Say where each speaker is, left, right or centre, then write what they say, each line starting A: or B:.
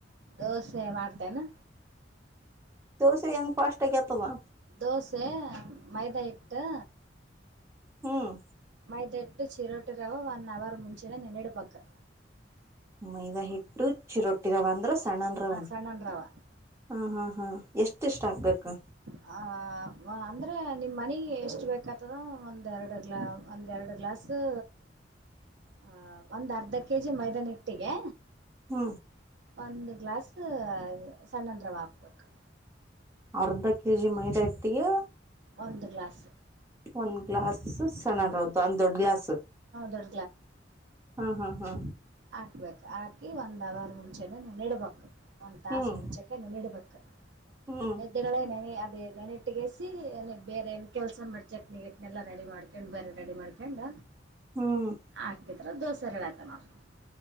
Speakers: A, on the right; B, on the right.
A: ದೋಸೆ ಮಾಡ್ತೇನಾ.
B: ದೋಸ ಹೆಂಗ ಫಸ್ಟ್ ಆಗತವಾ.
A: ದೋಸೆ ಮೈದಾ ಇಟ್ಟು.
B: ಹ್ಮ್
A: ಮೈದಾಹಿಟ್ಟು ಚಿರೋಟಿ ರವ ಒನ್ ಅವರ್ ಮುಂಚೆನೆ ನೆನೆಡಬೇಕು.
B: ಮೈದಾ ಹಿಟ್ಟು ಚಿರೊಟ್ಟಿರವ ಅಂದ್ರ ಸಣ್ಣನ್ ರವ.
A: ಸಣ್ಣನ್ ರವ
B: ಹಾ ಹಾ ಹಾ ಎಷ್ಟ ಎಷ್ಟ ಆಗ್ಬೇಕು.
A: ಹ ಅಂದರೆ ನಿಮ್ಮ ಮನೆಗೆ ಎಷ್ಟು ಬೇಕತದೋ ಒಂದೆರಡು ಗ್ಲಾಸ್ ಒಂದೆರಡು ಗ್ಲಾಸ್. ಸು
B: <inaudible>
A: ಹ ಒಂದ್ ಅರ್ಧ ಕೆಜಿ ಮೈದಾನ ಇಟ್ಟಿಗೆ.
B: ಹ್ಮ
A: ಒಂದು ಗ್ಲಾಸ್ ಸಣ್ನರವ ಅಕ್ಬೇಕು.
B: ಅರ್ಧ ಕೆಜಿ ಮೈದಾ ಇಟ್ಟಿಗೆ
A: ಒಂದು ಗ್ಲಾಸ್
B: ಒಂದ್ ಗ್ಲಾಸ್. ಸಣ್ಣದು
A: ಹಾಂ
B: ಅಂದ್ ದೊಡ್ ಗ್ಲಾಸ್
A: ದೊಡ್ಡ
B: ಹಾ ಹಾ ಹಾ.
A: ಹಾಕ್ಬೇಕ್ ಹಾಕಿ ಒಂದ್ ಅವರ್ ಮುಂಚೆನೆೇನೆ ನೆನಾಕ್ಬೇಕು ಒಂದ್ ತಾಸ್
B: ಹ್ಮ್
A: ಮುಂಚೆನೇ ನೆನಾಕ್ಬೇಕು
B: ಹ್ಮ್
A: <unintelligible> ಅದ ನೆನೆಟ್ಟಿಗಸಿ ಬೇರೆ ಏನ್ ಕೆಲಸ ಮಾಡಿ ಚಟ್ನಿನೆೆಲ್ಲ ರೆಡಿ ಮಾಡ ಹಾಕೊಂಡ್ ಬೇರೆ ರೆಡಿ ಮಾಡ್ಕೊಂಡ್
B: ಹ್ಮ್
A: ಹಾಕಿದ್ರ ದೋಸೆ ರೆಡಿ ಆಯ್ತು ನೋಡು